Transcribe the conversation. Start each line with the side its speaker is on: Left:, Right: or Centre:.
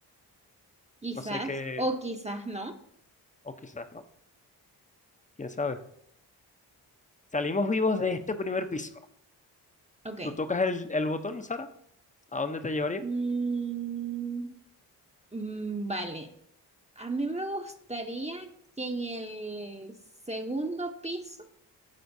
Right: Quizás,
Left: No sé qué,
Right: o quizás no.
Left: o quizás no, quién sabe. Salimos vivos de este primer piso.
Right: Ok.
Left: ¿Tú tocas el, el botón, Sara? ¿A dónde te llevaría?
Right: Mm, Mm, Vale, a mí me gustaría que en el segundo piso